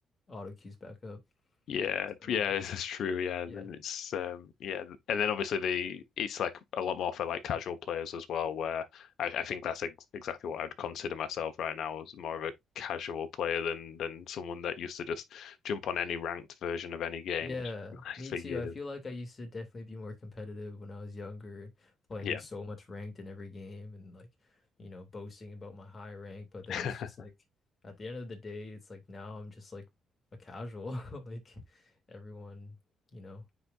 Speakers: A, on the left; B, on the left.
A: auto queues back up.
B: yeah,
A: So
B: yeah, <laughs> that's true. Yeah, and
A: yeah.
B: then it's um, yeah, and then obviously the it's like a lot more for like casual players as well. Where I, I think that's ex exactly what I'd consider myself right now as more of a casual player than than someone that used to just jump on any ranked version of any game
A: Yeah,
B: <laughs> like,
A: me
B: for
A: too.
B: years.
A: I feel like I used to definitely be more competitive when I was younger, playing
B: Yeah.
A: so much ranked in every game and like, you know, boasting about my high rank. But
B: <laughs>
A: then it's just like at the end of the day, it's like now I'm just like a casual. <laughs> Like everyone, you know,